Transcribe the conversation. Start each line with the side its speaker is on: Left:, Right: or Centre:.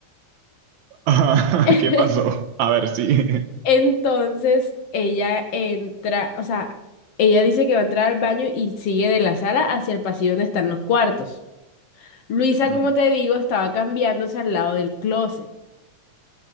Right: Ah,
Left: <laughs>
Right: ¿Qué pasó? A ver, sí.
Left: Entonces ella entra, o sea, ella dice que va a entrar al baño y sigue de la sala hacia el pasillo donde están los cuartos. Luisa,
Right: Ujú.
Left: como te digo, estaba cambiándose al lado del closet